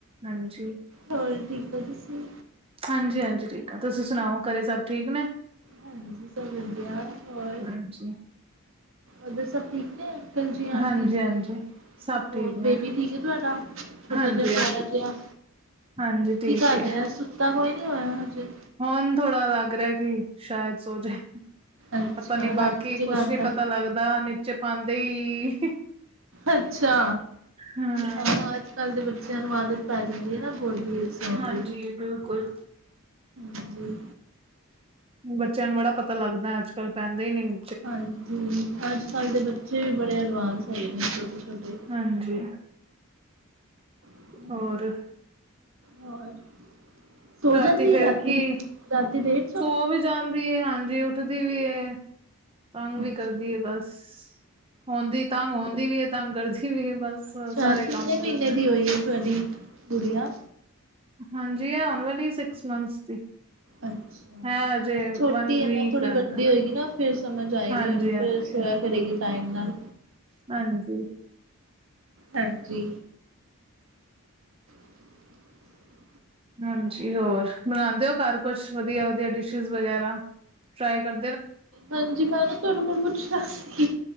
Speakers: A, on the right; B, on the right.
A: ਹਾਂਜੀ,
B: ਹੋਰ ਠੀਕ ਹੋ ਤੁਸੀਂ
A: ਹਾਂਜੀ ਹਾਂਜੀ ਠੀਕ ਆ ਤੁਸੀਂ ਸੁਣਾਓ ਘਰੇ ਸਭ ਠੀਕ ਨੇ
B: ਹਾਂਜੀ ਸਭ ਵਧੀਆ ਹੋਰ
A: ਹਾਂਜੀ।
B: ਉਧਰ ਸਭ ਠੀਕ ਨੇ ਅੰਕਲ ਜੀ ਆਂਟੀ
A: ਹਾਂਜੀ-ਹਾਂਜੀ
B: ਜੀ
A: ਸਭ
B: ਹੋਰ
A: ਠੀਕ ਨੇ
B: ਬੇਬੀ ਠੀਕ ਹੈ ਤੁਹਾਡਾ ਛੋਟਾ
A: ਹਾਂਜੀ-ਹਾਂਜੀ,
B: ਜਿਹਾ ਪਿਆਰਾ
A: ਹਾਂਜੀ
B: ਜਿਹਾ
A: ਹਾਂਜੀ ਠੀਕ
B: ਕੀ ਕਰ
A: ਏ।
B: ਰਿਹਾ ਸੁੱਤਾ ਪਿਆ ਕੀ ਹਾਂ ਹਜੇ
A: ਹੁਣ ਥੋੜ੍ਹਾ ਲੱਗ ਰਿਹਾ ਕਿ ਸ਼ਾਇਦ ਸੋ ਜਾਏ
B: ਅੱਛਾ
A: ਪਤਾ ਨੀ ਬਾਕੀ
B: ਰਾਤੀ ਜਗਾਂਦਾ
A: ਕੁਛ ਨੀ ਪਤਾ ਲੱਗਦਾ ਨੀਚੇ ਪਾਉਂਦੇ ਹੀ
B: ਅੱਛਾ
A: ਹੂੰ,
B: ਹਾਂ ਅੱਜ ਕੱਲ ਦੇ ਬੱਚਿਆਂ ਨੂੰ ਆਦਤ ਪੈ ਗਈ ਹੈ ਨਾ ਹੋਰ ਵੀ ਸੁ
A: ਹਾਂਜੀ
B: ਦੀ
A: ਬਿਲਕੁਲ
B: ਹਾਂਜੀ
A: ਬੱਚਿਆਂ ਨੂੰ ਬੜਾ ਪਤਾ ਲੱਗਦਾ ਅੱਜ ਕੱਲ੍ਹ ਪੈਂਦੇ ਹੀ ਨ ਨਹੀਂ
B: ਹਾਂਜੀ, ਅੱਜ ਕੱਲ੍ਹ ਦੇ ਬੱਚੇ ਵੀ ਬੜੇ ਐਡਵਾਂਸ ਹੈਗੇ ਨੇ ਛੋਟੇ ਛੋਟੇ।
A: ਹਾਂਜੀ
B: ਹਾਂਜੀ
A: ਹੋਰ,
B: ਹੋਰ ਸੋ
A: ਰਾਤੀ
B: ਜਾਂਦੀ
A: ਫੇਰ
B: ਹੈ ਰਾਤੀ-ਰਾਤੀ
A: ਕੀ
B: ਡੇਟ
A: ਸੋ ਵੀ ਜਾਂਦੀ ਐ ਹਾਂਜੀ ਉੱਠਦੀ ਵੀ ਐ। ਤੰਗ
B: ਅੱਛਾ,
A: ਵੀ ਕਰਦੀ ਹੈ ਬਸ ਹੁੰਦੀ ਤੰਗ ਹੁਦੀ ਵੀ ਹੈ ਤੰਗ ਕਰਦੀ ਵੀ ਹੈ ਬਸ
B: ਅੱਛਾ
A: ਸਾਰੇ
B: ਕਿੰਨੇ
A: ਕੰਮ ਹੋ
B: ਮਹੀਨੇ
A: ਜਾਂਦੇ
B: ਦੀ ਹੋਈ ਹੈ ਤੁਹਾਡੀ ਗੁੜੀਆਂ
A: ਹਾਂਜੀ ਆਉਣ ਵਾਲੀ ਸਿਕਸ ਮੰਥਸ ਦੀ
B: ਅੱਛਾ
A: ਹੈ ਅਜੇ
B: ਹਾਂਜੀ ਛੋਟੀ
A: ਵਨ ਵੀਕ
B: ਹੈ ਨਾ ਥੋੜੀ
A: ਰਹਿੰਦਾ
B: ਵੱਡੀ ਹੋਏਗੀ ਨਾ, ਫਿਰ ਸਮਝ ਆਏਗੀ
A: ਹਾਂਜੀ
B: ਉਹਨੂੰ
A: ਹਾਂਜੀ
B: ਫਿਰ ਸੋਇਆ ਕਰੇਗੀ ਟਾਈਮ ਨਾਲ
A: ਹਾਂਜੀ,
B: ਹਾਂਜੀ, <unintelligible>
A: ਹਾਂਜੀ, ਹੋਰ ਬਣਾਦੇ ਹੋ ਘਰ ਕੁਛ ਵਧੀਆ ਵਧੀਆ ਡਿਸ਼ਿਜ਼ ਵਗੈਰਾ। ਟਰਾਈ ਕਰੋ,
B: ਹਾਂਜੀ ਮੈਂਨੂੰ ਤੁਹਾਡੇ ਕੋਲ ਪੁੱਛਣਾ ਸੀ।